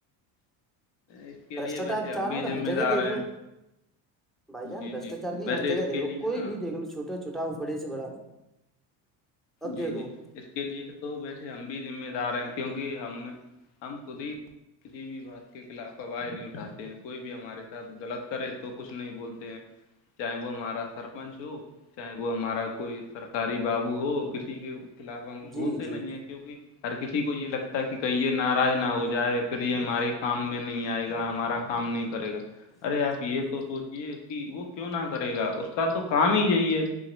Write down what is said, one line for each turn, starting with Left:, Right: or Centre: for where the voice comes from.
Left: اس کے
Centre: بشٹاچار
Left: لیے ویسے ہم
Centre: چار
Left: بھی
Centre: میں تو
Left: ذمہ
Centre: ہر جگہ
Left: دار
Centre: دیکھ
Left: ہیں
Centre: لو بھائی جان
Left: جی
Centre: بشٹاچار
Left: جی
Centre: لیے
Left: ویسے
Centre: ہر جگہ
Left: اس
Centre: دیکھ
Left: کے
Centre: لو
Left: لیے
Centre: کوئی
Left: نا
Centre: بھی دیکھ لو چھوٹا چھوٹا ہو بڑے سے بڑا اب
Left: جی
Centre: دیکھو
Left: جی اس کے لیے تو ویسے ہمیں ذمہ دار ہیں کیونکہ ہم ہم خود ہی کسی بھی بات کے خلاف آواز نہیں اٹھاتے ہیں کوئی بھی ہمارے ساتھ غلط کرے تو کچھ نہیں بولتے ہیں چاہے وہ ہمارا سرپنچ ہو چاہے وہ ہمارا کوئی سرکاری بابو ہو کسی کے خلاف ہم بھولتے
Centre: جی جی
Left: نہیں ہیں کیونکہ ہر کسی کو یہ لگتا ہے کہ کہیںے ناراض نہ ہو جائے پھر یہ ہمارے کام میں نہیں آئے گا ہمارا کام نہیں کرے گا ارے آپ یہ تو سوچیے کہ وہ کیوں نہ کرے گا اس کا تو کام ہی یہی ہے